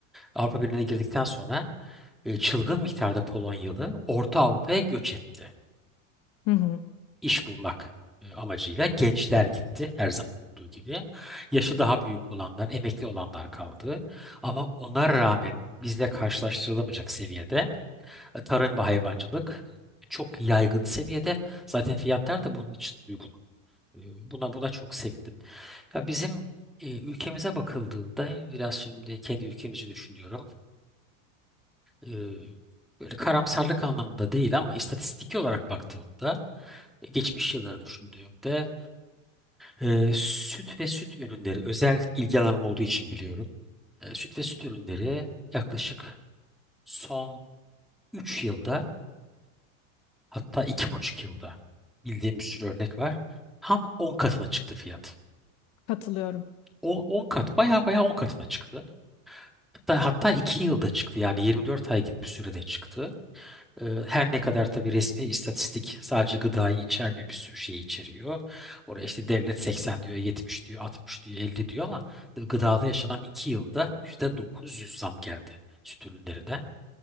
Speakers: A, in the centre; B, on the left.
A: Avrupa Birliği'ne girdikten sonra e, çılgın miktarda Polonyalı Orta Avrupa'ya göç etti.
B: Hı hı.
A: iş bulmak e, amacıyla gençler gitti her zaman olduğu gibi. Yaşı daha büyük olanlar, emekli olanlar kaldı. Ama ona rağmen bizle karşılaştırılamayacak seviyede e, tarım ve hayvancılık çok yaygın seviyede. Zaten fiyatlar da bunun için uygun. E, Buna buna çok sevindim. Ya bizim e, ülkemize bakıldığında biraz şimdi kendi ülkemizi düşünüyorum. E, böyle karamsarlık anlamında değil ama istatistik olarak baktığımda e, geçmiş yılları düşündüğümde Ee, süt ve süt ürünleri özel ilgi alanım olduğu için biliyorum. Ee, süt ve süt ürünleri yaklaşık son 3 yılda hatta iki buçuk yılda bildiğim bir sürü örnek var. Ham 10 katına çıktı fiyat.
B: Katılıyorum.
A: O 10 kat baya baya 10 katına çıktı. Hatta, hatta 2 yılda çıktı yani 24 ay gibi bir sürede çıktı. Ee, Her ne kadar tabii resmi istatistik sadece gıdayı içermiyor bir sürü şeyi içeriyor. Oraya işte devlet 80 diyor, 70 diyor, 60 diyor, 50 diyor ama gıdada yaşanan 2 yılda %900 zam geldi süt ürünlerine.